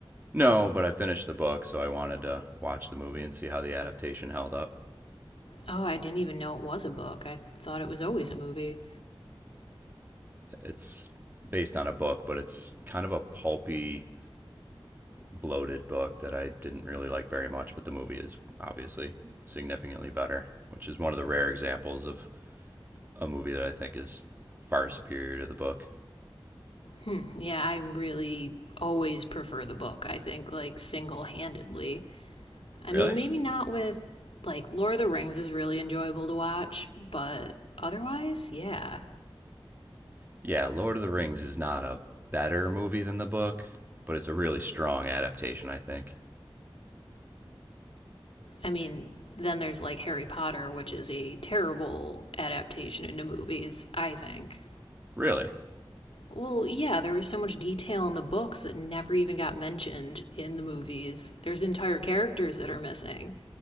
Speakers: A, on the right (about 20°); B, on the left (about 80°).
A: No, but I finished the book, so I wanted to watch the movie and see how the adaptation held up.
B: Oh, I didn't even know it was a book. I thought it was always a movie.
A: It's based on a book, but it's kind of a pulpy, bloated book that I didn't really like very much, but the movie is obviously significantly better, which is one of the rare examples of a movie that I think is far superior to the book.
B: Hmm, yeah, I really always prefer the book, I think, like single handedly. I
A: Really?
B: mean, maybe not with, like, Lord of the Rings is really enjoyable to watch, but otherwise, yeah.
A: Yeah, Lord of the Rings is not a better movie than the book, but it's a really strong adaptation, I think.
B: I mean, then there's like Harry Potter, which is a terrible adaptation into movies, I think.
A: Really?
B: Well, yeah, there was so much detail in the books that never even got mentioned in the movies. There's entire characters that are missing.